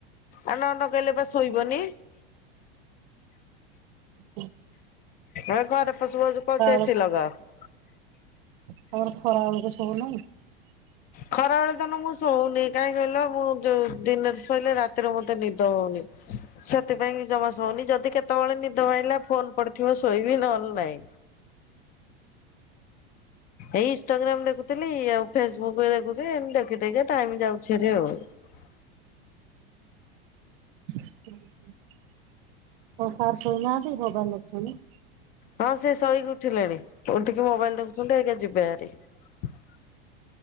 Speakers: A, on the left; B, on the right.
A: ଆ ନ ନଗେଇନେ ପା ଶୋଇବନି।
B: ହୁଁ।
A: ଆ ଘରେ ପଶୁ ପଶୁ କୋହୁଛି ଏସି
B: ବେଳକୁ
A: ଲଗାଅ।
B: ତମର <unintelligible>
A: ଖରାବେଳେ ତାନେ ମୁଁ ଶୋଉନି କାହିଁ କହିଲ ମୁଁ ଯୋଉ ଦିନରେ ଶୋଇଲେ ରାତିରେ ମତେ ନିଦ ହଉନି ସେଥିପାଇଁ ଜମା ଶଉନି ଯଦି କେ ତଳେ ନିଦ ଭାଙ୍ଗିଲା ଫୋନ୍ ପ ଥିବ ଶୋଇବି ନହେଲେ ନାଇଁ। ଏଇ ଇଷ୍ଟାଗ୍ରାମ ଦେଖୁଥିଲି ଆଉ। ଫେସବୁକ୍ ଦେଖୁଛି ଏମିତି ଦେଖି ଦେଖିକା ଟାଇମ ଯାଉଛି। <unintelligible>
B: ହଁ କଣ ସାର ଶୁଣୁ ନାହାନ୍ତି? ଭଗବାନ ଅଛନ୍ତି। <inaudible>
A: ହଁ ସେ ଶୋଇକି ଉଠିଲେଣି। ଉଠିକି ମୋବାଇଲ ଦେଖୁଛନ୍ତିଏଇନା ଯିବେଭାରି। <inaudible>